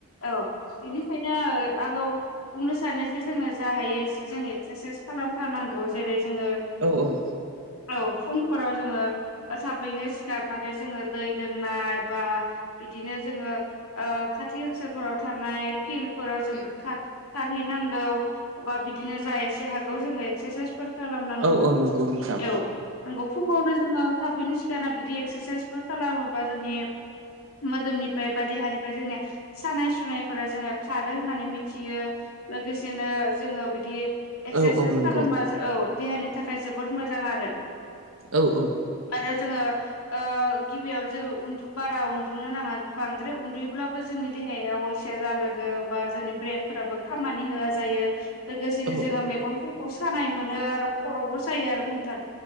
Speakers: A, on the left (about 85°); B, on the right (about 65°).
A: औ बेनिखायनो आङो बुंनो सानो जे, जोङो जा हायो एसे जोङो एक्सारसाइस खालामथार नांगौ जेरै जोङो
B: औ औ
A: औ फुंफोराव जोङो थाबैनो सिखारनानै, जोङो दै लोंनाय बा बिदिनो जोङो ओ <unintelligible> खाथि ओनसोलफोराव थानाय फिल्डफोराव जों खार- खारहैनांगौ अबा बिदिनो जा एसे हागौ जोङो एक्सारसाइसफोर खालामनांगौ।
B: औ औ नंगौ नोंथां
A: औ, नंगौ। फुङावनो जोङो थाबैनो सिखारना बिदि एक्सारसाइसफोर खालामोबा जोंनि मोदोमनिफ्राय बा देहानिफ्राय जोंनि सानाय-सुनायफोरा जोङो खारो होननानै मिथियो। लोगोसेनो जोङो बिदि एक्सारसाइस
B: औ औ नंगौ
A: खालामबा, औ देहानि थाखाय जोबोद मोजां आरो।
B: औ-औ।
A: आरो जोङो ओ गिबियावनो जोङो उनदु बारा उन्दुनो नाङा बांद्राय उन्दुयोब्लाबो जोंनि देहाया अलसिया जालाङो बा जोंनि ब्रेन फोराबो खामानि होआ जायो। लोगोसेनो
B: औ
A: जोङो मेगनफोरखौ सानाय मोनो आरो खर'बो सायो आरो नोंथां।